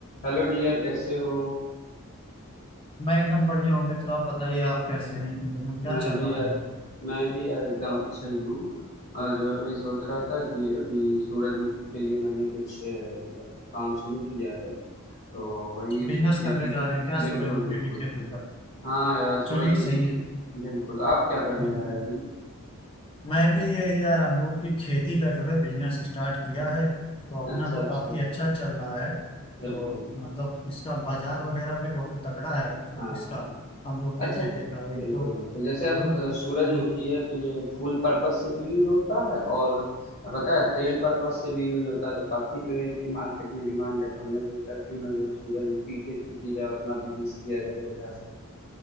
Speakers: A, on the left (about 45°); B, on the left (about 25°).
A: Hello dear कैसे हो
B: मैं एकदम बढ़िया हूँ मित्र आप बताइए आप कैसे हैं इन दिनों क्या
A: मैं
B: चल
A: भी
B: रहा
A: यार
B: है
A: मैं भी यार एकदम अच्छा ही हूँ और जो है वही सोच रहा था कि अभी सूरजमुखी के लिए मैंने कुछ अ, मतलब काम शुरू किया है तो वही उसकी
B: बिजनेस
A: खेती
B: करने
A: के-
B: जा रहे हैं क्या सूरजमुखी
A: बिल्कुल बिल्कुल
B: की खेती का
A: हाँ यार
B: चलिए
A: सूरजमुखी
B: सही
A: की
B: है
A: बिल्कुल आप क्या करने
B: हम्म।
A: जा रहे हो भाई
B: मैं भी यही यार अमरूद की खेती का जो है बिजनेस स्टार्ट किया है तो अपना
A: अच्छा
B: तो
A: अच्छा
B: काफी अच्छा चल रहा है
A: बिल्कुल
B: तो मतलब इसका बाजार वगैरह भी बहुत तगड़ा है तो
A: हाँ
B: उसका अमरूद की
A: अच्छा
B: खेती का
A: बिल्कुल
B: एक तो
A: बिल्कुल जैसे अब
B: हम्म,
A: अ, सूरजमुखी
B: हम्म,
A: है तो ये फूल पर्पस से भी यूज होता है और पता है तेल पर्पस से भी यूज होता है तो काफी जो है इसकी मार्केट में डिमांड है तो हमने सोचा क्यों ना जो है सूरजमुखी की खेती की जाए अपना बिजनेस किया जाए बढ़िया से